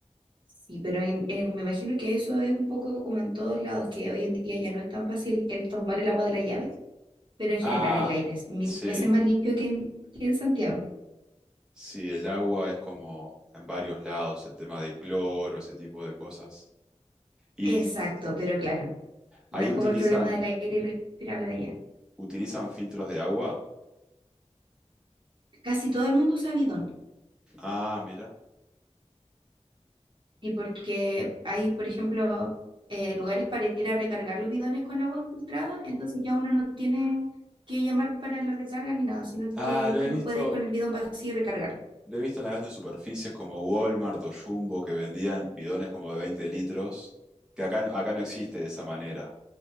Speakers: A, on the right; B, in the centre.
A: Sí, pero en- en- me imagino que eso es un poco como en todos lados, que hoy en día ya no es tan fácil el tomar el agua de la llave, pero en general
B: Ah,
A: el aire es mil
B: sí.
A: veces más limpio que en, que en Santiago.
B: Sí, el agua es como en varios lados, el tema de cloro, ese tipo de cosas. Y
A: Exacto, pero claro. No
B: ahí
A: es
B: utilizan,
A: como el problema del aire irrespirable de allá.
B: utilizan filtros de agua.
A: Casi todo el mundo usa bidón.
B: Ah, mira.
A: Y porque hay, por ejemplo, eh, lugares para ir a recargar los bidones con agua filtrada, entonces ya uno no tiene que llamar para la recarga ni nada, sino
B: Ah,
A: que
B: lo he
A: uno
B: visto,
A: puede ir con el bidón vacío y recargarlo.
B: lo he visto en las grandes superficies como Walmart o Jumbo que vendían bidones como de 20 litros, que acá no, acá no existe de esa manera.